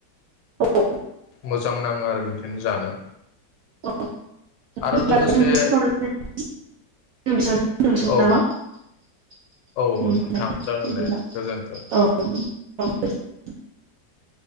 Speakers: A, on the right; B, on the left.
A: औ
B: मोजां नाङो आरो बेनिखायनो जानो
A: नामा
B: आरो लोगोसे
A: बिदि
B: औ औ नोंथां
A: औ
B: जागोन दे गोजोन्थों